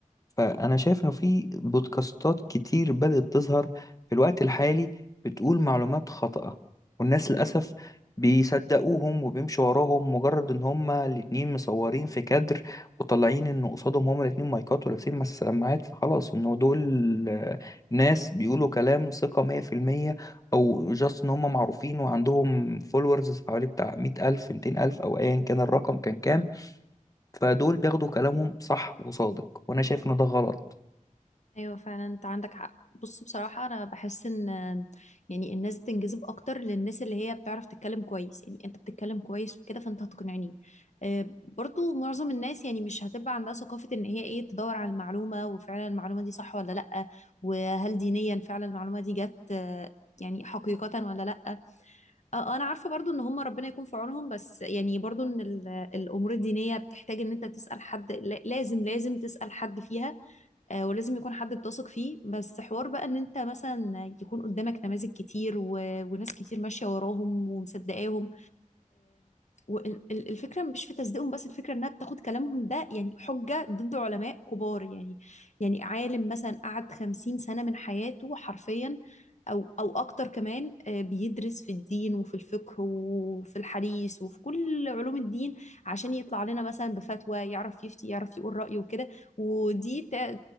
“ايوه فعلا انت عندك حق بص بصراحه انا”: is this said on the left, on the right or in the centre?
Left